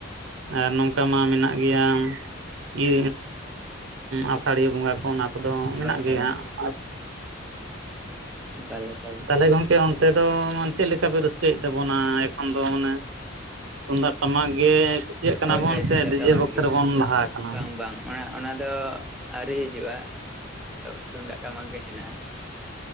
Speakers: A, on the right; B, in the centre.
A: ᱦᱩᱸ ᱟᱨ ᱱᱚᱝᱠᱟ ᱢᱟ ᱢᱮᱱᱟᱜ ᱜᱮᱭᱟ ᱤᱭᱟᱹ ᱟᱥᱟᱲᱤᱭᱟᱹ ᱵᱚᱸᱜᱟ ᱠᱚ ᱚᱱᱟ ᱠᱚᱫᱚ ᱢᱮᱱᱟᱜ
B: ᱦᱳᱭ
A: ᱜᱮᱭᱟ
B: ᱦᱳᱭ
A: ᱦᱟᱸᱜ
B: ᱮᱠᱟᱞ ᱮᱠᱟᱞ
A: ᱛᱟᱦᱚᱸᱞᱮ ᱜᱚᱝᱹᱠᱮ ᱚᱱᱛᱮ ᱫᱚ ᱢᱟᱹᱱᱮ ᱪᱮᱫ ᱞᱮᱠᱟᱹ ᱯᱮ ᱨᱟᱹᱥᱠᱟᱹᱭᱮᱫ ᱛᱟᱹᱵᱚᱱᱟᱹ ᱮᱠᱷᱚᱱ ᱫᱚ ᱢᱟᱹᱱᱮ ᱛᱩᱢᱹᱫᱟᱜ ᱴᱟᱢᱟᱠ ᱜᱮ ᱠᱩᱥᱤᱹᱭᱟᱜ ᱠᱟᱱᱟᱹ
B: ᱦᱳᱭ
A: ᱵᱚᱱ
B: ᱦᱳᱭ ᱛᱩᱢᱫᱟᱜ
A: ᱥᱮ ᱰᱤᱡᱮ
B: ᱴᱟᱢᱟᱠ
A: ᱵᱚᱠᱥ
B: ᱜᱮ
A: ᱨᱮᱹᱵᱚᱱ ᱞᱟᱦᱟᱸ ᱟᱼᱠᱟᱱᱟᱹ᱾
B: ᱵᱟᱝ ᱵᱟᱝ ᱚᱱᱟ ᱚᱱᱟ ᱫᱚ ᱟᱹᱣᱨᱤ ᱦᱤᱡᱩᱜᱼᱟᱹ ᱛᱚ ᱛᱩᱢᱫᱟᱜ ᱴᱟᱢᱟᱠ ᱜᱮ ᱦᱮᱱᱟᱜᱼᱟᱹ᱾